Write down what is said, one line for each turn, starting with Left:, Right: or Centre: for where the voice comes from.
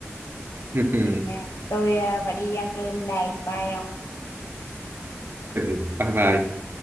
Right: <laughs>
Left: vậy nha tôi à, phải đi ăn cơm đây bye ông
Right: bye bye